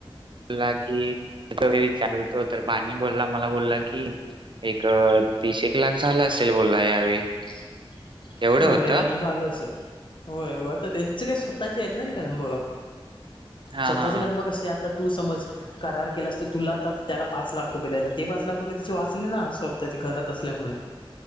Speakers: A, on the right; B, on the left.
A: बला कि विचारतो तर बानी बोलला मला बोलला की एक. तीस एक लाख झालं असेल बोलला यावेळी.
B: <inaudible>
A: एवढं
B: हो
A: होतं
B: हे त्यांना लं असेल. होय हो आता त्यांच काय स्वतःचे आहेत ना रे कलम.
A: हा
B: स्वतःचे
A: हा हा.
B: कलम कसे आहेत. आता तू समज करार केला अस तर तुला आ तर त्याला पाच लाख रुपये द्यायला ते पाच लाख रुपये त्याचे वाचले ना स्वतः. त्याच्या घरात असल्यामुळे.